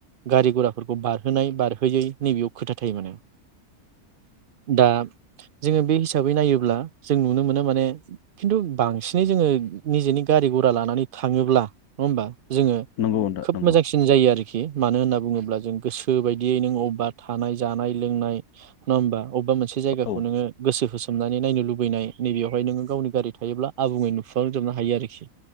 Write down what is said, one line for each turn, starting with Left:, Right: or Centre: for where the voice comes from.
Right: गारि गराफोरखौ बारहोनाय बारहोयै नैबेयाव खोथा थायो माने दा जोङो बे हिसाबै नायोब्ला जों नुनो मोनो माने खिन्थु बांसिनै जोङो निजेनि गारि गघरा लानानै थाङोब्ला नङा होमबा जोङो
Left: नंगौ नोंथां औ नंगौ नोंथां नंगौ नोंथां
Right: खोब
Left: नंगौ
Right: मोजांसिन जायो आरोखि खि मानो होनना बुङोब्ला जों गोसो बायदियै नों अबेबा थानाय जानाय लोंनाय नङा होमबा अबेबा मोनसे जायगखौनोङ
Left: औ
Right: गोसो होसो जनानै नायनो लुबैनाय नैबेयावहाय नोङो गावनि गारि थायोब्ला आबुङै नुफांजोबनो हायो आरोखि